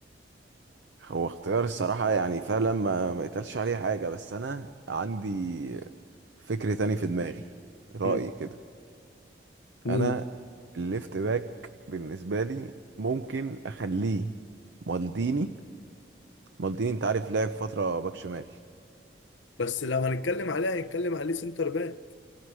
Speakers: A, on the right (about 70°); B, on the left (about 80°).
A: هو اختيار الصراحة يعني فعلا ما ما يتقالش عليه حاجة بس أنا عندي فكر تاني في دماغي رأيي
B: مم.
A: كده
B: مين
A: أنا الليفت باك بالنسبة لي ممكن أخليه مالديني مالديني أنت عارف لعب فترة باك شمال
B: بس لو هنتكلم عليه هنتكلم عليه سنتر باك